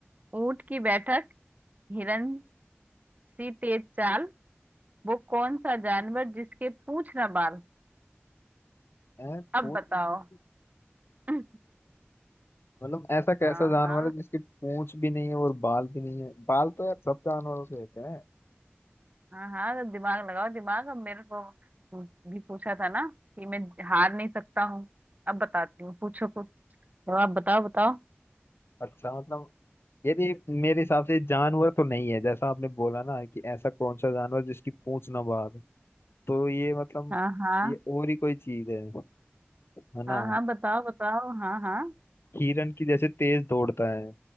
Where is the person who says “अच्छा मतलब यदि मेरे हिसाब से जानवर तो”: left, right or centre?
Left